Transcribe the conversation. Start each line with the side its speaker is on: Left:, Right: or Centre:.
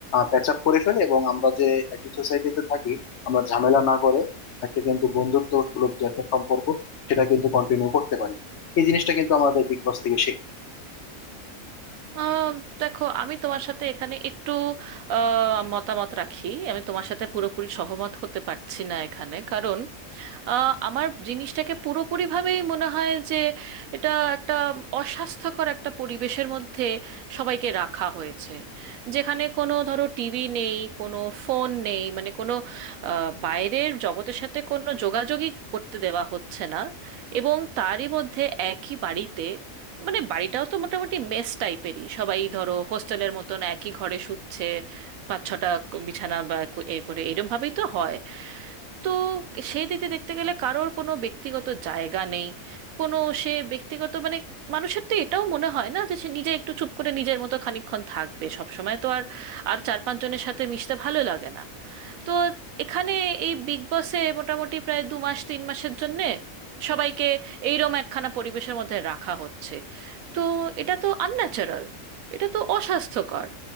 Left: প্যাচ আপ করে ফেলে এবং আমরা যে একই সোসাইটিতে থাকি আমরা ঝামেলা না করে একটা কিন্তু বন্ধুত্ব সুলভ যে একটা সম্পর্ক সেটা কিন্তু কন্টিনিউ করতে পারি এই জিনিসটা কিন্তু আমাদের বিগ বস থেকে শেখ
Right: আহ, দেখো আমি তোমার সাথে এখানে একটু আহ, মতামত রাখি আমি তোমার সাথে পুরোপুরি সহমত হতে পারছি না এখানে কারণ আহ, আমার জিনিসটাকে পুরোপুরিভাবেই মনে হয় যে এটা একটা অস্বাস্থ্যকর একটা পরিবেশের মধ্যে সবাইকে রাখা হয়েছে যেখানে কোনো ধরো টিভি নেই কোনো ফোন নেই মানে কোনো আহ, বাইরের জগতের সাথে কোনো যোগাযোগই করতে দেওয়া হচ্ছে না এবং তারই মধ্যে একই বাড়িতে মানে বাড়িটাও তো মোটামুটি মেস টাইপেরই সবাই ধরো হোস্টেলের মতন একই ঘরে শুচ্ছে পাঁচ ছটা বিছানা বা এ করে এরম ভাবেই তো হয় তো সেই দিকে দেখতে গেলে কারোর কোনো ব্যক্তিগত জায়গা নেই কোনো সে ব্যক্তিগত মানে মানুষের তো এটাও মনে হয় না যে সে নিজে একটু চুপ করে নিজের মতো খানিকক্ষণ থাকবে সব সময় তো আর আর চার পাঁচ জনের সাথে মিশতে ভালো লাগে না তো এখানে এই বিগ বসে মোটামুটি প্রায় দু মাস তিন মাসের জন্যে সবাইকে এইরম একখানা পরিবেশের মধ্যে রাখা হচ্ছে তো এটা তো আনন্যাচারাল এটা তো অস্বাস্থ্যকর